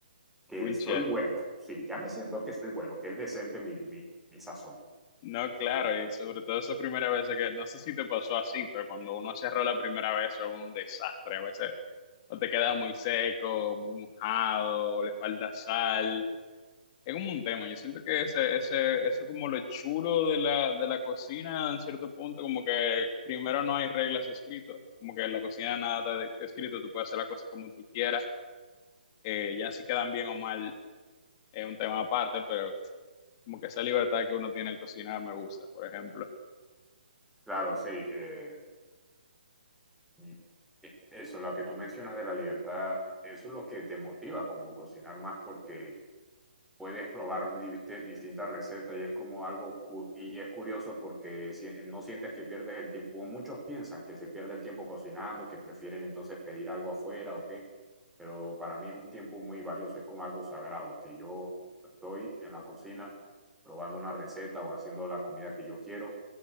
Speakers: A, in the centre; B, on the left (about 30°).
A: que
B: Un
A: soy
B: chef.
A: bueno. Sí, ya me siento que soy bueno, que es decente mi, mi, mi sazón.
B: No, claro, y sobre todo esa primera vez que, no sé si te pasó así, pero cuando uno cerró la primera vez es un desastre. A veces o te queda muy seco, muy mojado, o le falta sal. Es como un tema. Yo siento que ese, ese, eso como lo chulo de la, de la cocina, en cierto punto, como que primero no hay reglas escritas, como que en la cocina nada está escrito, tú puedes hacer la cosa como tú quieras, eh, ya si quedan bien o mal es un tema aparte, pero Como que esa libertad que uno tiene al cocinar me gusta, por ejemplo.
A: Claro, sí. eh, y- e- eso, lo que tú mencionas de la libertad, eso es lo que te motiva como cocinar más porque puedes probar diviste- distintas recetas y es como algo, cu- y y es curioso porque si- eh, no sientes que pierdes el tiempo. Muchos piensan que se pierde el tiempo cocinando, que prefieren entonces pedir algo afuera o qué, pero para mí es un tiempo muy valioso, es como algo sagrado, que yo estoy en la cocina probando una receta o haciendo la comida que yo quiero.